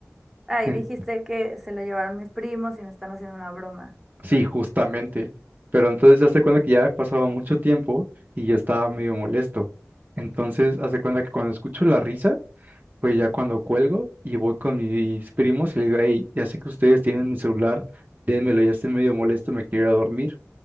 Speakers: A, in the centre; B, on the right.
A: Ah, y
B: En-
A: dijiste que se lo llevaron mis primos y me están haciendo una broma.
B: Sí, justamente. Pero entonces haz de cuenta que ya ha pasado mucho tiempo y yo estaba medio molesto. Entonces haz de cuenta que cuando escucho la risa, pues ya cuando cuelgo y voy con mis primos y les digo, hey, ya sé que ustedes tienen mi celular, dénmelo, ya estoy medio molesto, me quiero ir a dormir.